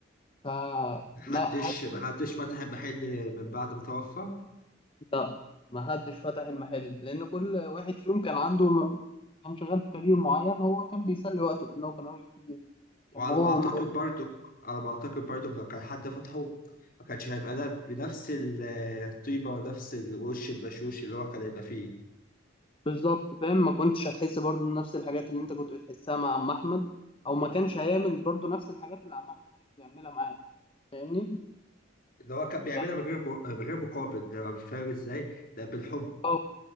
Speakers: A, on the left; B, on the left.
A: فلا
B: محدش
A: حد
B: محدش فتح المحل من بعد ما توفى
A: لا ما حدش فتح المحل لان كل واحد فيهم كان عنده م- كان شغال في كارير معين هو كان بيسلي وقته لانه كان راجل كبير
B: وعلى
A: كان هو
B: ما اعتقد
A: ومراته
B: برضو على ما اعتقد برضو لو كان حد فتحه ما كانش هيبقى ده بنفس ال- الطيبة ونفس الوش البشوش اللي هو كان هيبقى فيه
A: بالظبط فاهم ما كنتش هتحس برضه بنفس الحاجات اللي انت كنت بتحسها مع عم احمد او ما كانش هيعمل برضه نفس الحاجات اللي عم احمد كان بيعملها معانا فاهمني
B: اللي هو كان بيعملها
A: يعني
B: من غير م- من غير مقابل يعني فاهم ازاي ده بالحب
A: اه